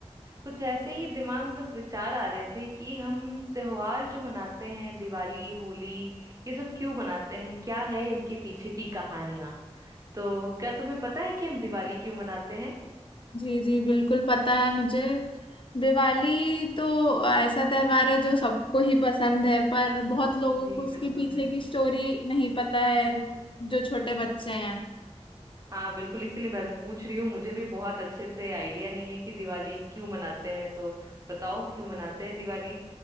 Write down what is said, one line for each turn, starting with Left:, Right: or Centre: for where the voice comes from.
Right: कुछ ऐसे ही दिमाग में बस विचार आ रहे थे कि हम त्योहार जो मनाते हैं दिवाली होली ये सब क्यों मनाते हैं क्या है इनके पीछे की कहानियां तो क्या तुम्हें पता है कि हम दिवाली क्यों मनाते हैं
Left: जी जी बिल्कुल पता है मुझे दिवाली तो ऐसा त्योहार है जो सबको ही पसंद है पर बहुत लोगों
Right: जी
Left: को उसके
Right: बिल्कुल
Left: पीछे की स्टोरी नहीं पता है जो छोटे बच्चे हैं
Right: हाँ बिल्कुल इसीलिए मैं भी पूछ रही हूँ मुझे भी बहुत अच्छे से आइडिया नहीं है कि दिवाली क्यों मनाते हैं तो बताओ क्यों मनाते हैं दिवाली